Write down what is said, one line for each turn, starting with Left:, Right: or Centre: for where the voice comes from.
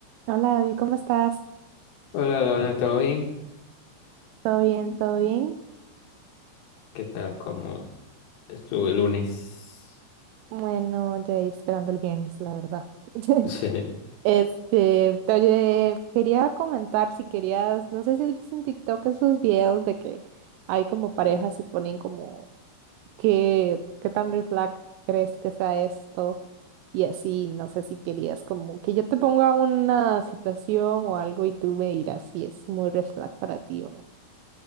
Right: Hola David, ¿cómo estás?
Left: Hola, Lona, ¿todo bien?
Right: ¿Todo bien? ¿Todo bien?
Left: ¿Qué tal? ¿Cómo estuvo el lunes?
Right: Bueno, ya esperando el viernes, la verdad. <laughs>
Left: <laughs> Sí,
Right: Este, oye, quería comentar si querías, no sé si has visto en TikTok esos videos de que hay como parejas y ponen como qué, qué tan red flag crees que sea esto y así, no sé si querías como que yo te ponga una situación o algo y tú me dirás si es muy red flag para ti o no.